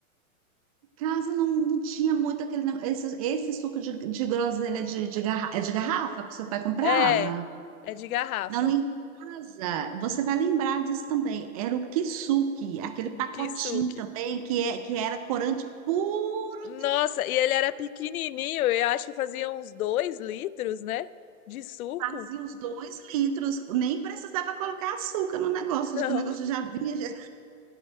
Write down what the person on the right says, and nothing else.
casa não, não tinha muito aquele negócio. Esse, esse suco de, de groselha de, de, garra... é de garrafa que seu pai comprava.
Não, lá em casa, você vai lembrar disso também. Era o kisuke, aquele pacotinho
também que, é, que era corante puro
Fazia os dois litros, nem precisava colocar açúcar no negócio,
de que o negócio já vinha, já <laughs> ia